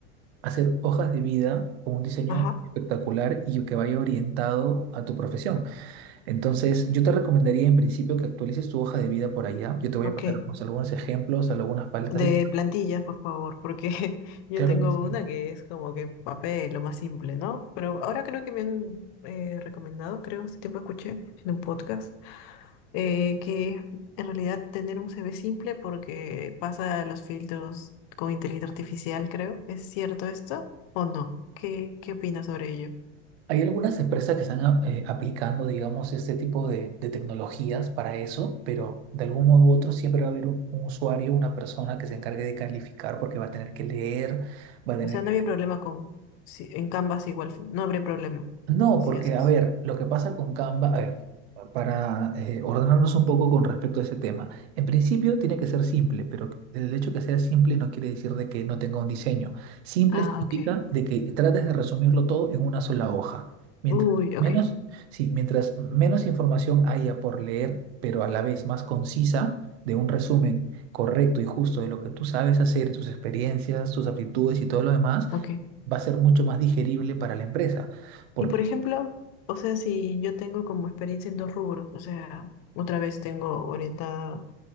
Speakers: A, on the right (about 60°); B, on the left (about 40°).
A: hacer hojas de vida con un diseño
B: ajá,
A: espectacular y que vaya orientado a tu profesión. Entonces, yo te recomendaría en principio que actualices tu hoja de vida por allá. Yo te voy
B: ok.
A: a pasar unos- algunos ejemplos, algunas paletas
B: De
A: de...
B: plantillas, por favor, porque <laughs> yo
A: Claro
B: tengo
A: que sí.
B: una que es como que papel, lo más simple, ¿no? Pero ahora creo que me han eh, recomendado, creo, hace tiempo escuché en un podcast eh, que en realidad tener un CV simple porque pasa los filtros con inteligencia artificial, creo. ¿Es cierto esto o no? ¿Qué, qué opinas sobre ello?
A: Hay algunas empresas que están a- eh, aplicando, digamos, este tipo de, de tecnologías para eso, pero de algún modo u otro siempre va a haber un, un usuario, una persona que se encargue de calificar porque va a tener que leer, va a tener
B: O sea,
A: que
B: no había problema con... Si, en Canvas igual, no habría problema
A: No,
B: si
A: porque,
B: haces.
A: a ver, lo que pasa con Canva, a ver, para eh, ordenarnos un poco con respecto a ese tema, en principio tiene que ser simple, pero el hecho que sea simple no quiere decir de que no tenga un diseño. Simple
B: Ah,
A: significa
B: ok.
A: de que trates de resumirlo todo en una sola hoja. Mientras
B: Uy, ok,
A: menos, sí, mientras menos información haya por leer, pero a la vez más concisa, de un resumen correcto y justo de lo que tú sabes hacer, tus experiencias, tus aptitudes y todo lo demás,
B: ok.
A: va a ser mucho más digerible para la empresa. porque
B: Y por ejemplo, o sea, si yo tengo como experiencia en dos rubros, o sea, otra vez tengo orientada